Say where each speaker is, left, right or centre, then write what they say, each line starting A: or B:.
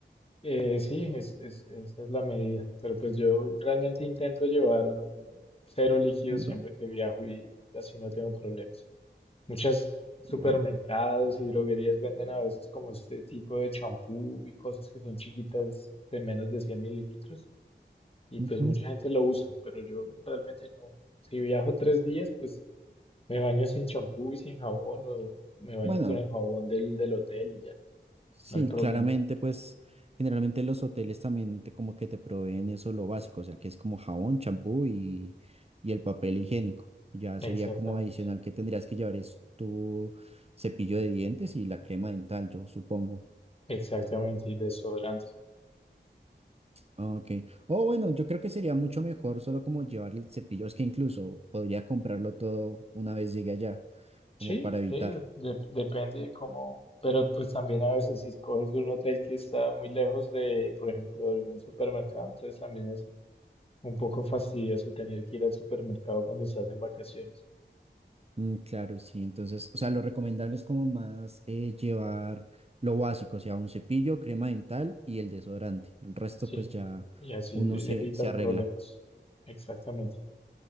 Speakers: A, on the left; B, on the right.
A: Eh, sí, es, es- esa es la medida. Pero pues yo realmente intento llevar cero líquidos
B: mm,
A: siempre
B: No,
A: que viajo y así no tengo problemas. Muchas supermercados
B: Bueno,
A: y droguerías venden a veces como este tipo de champú y cosas que son chiquitas de menos de 100 mililitros y
B: Ujú.
A: pues mucha gente lo usa, pero yo realmente no. Si viajo tres días, pues me baño sin champú y sin jabón o me baño
B: Bueno,
A: con el jabón del, del hotel y ya,
B: Sí,
A: no hay problema.
B: claramente, pues generalmente los hoteles también te- como que te proveen eso lo básico, o sea, que es como jabón, champú y, y el papel higiénico. Ya
A: Exactamente.
B: sería como adicional que tendrías que llevar es tu cepillo de dientes y la crema dental, yo supongo.
A: Exactamente, y desodorante.
B: Ah, Ok. O bueno, yo creo que sería mucho mejor solo como llevar el cepillo, es que incluso podría comprarlo todo una vez llegue allá, como
A: Sí,
B: para evitar.
A: sí, de- depende de cómo, pero pues también a veces si escoges de un hotel que está muy lejos de, por ejemplo, de algún supermercado, entonces también es un poco fastidioso tener que ir al supermercado cuando estás en vacaciones.
B: Mm, claro, sí. Entonces, o sea, lo recomendable es como más eh, llevar lo básico, o sea, un cepillo, crema dental y el desodorante. El resto,
A: Sí,
B: pues ya
A: y así
B: uno
A: evitas
B: se, se arregla.
A: problemas. Exactamente.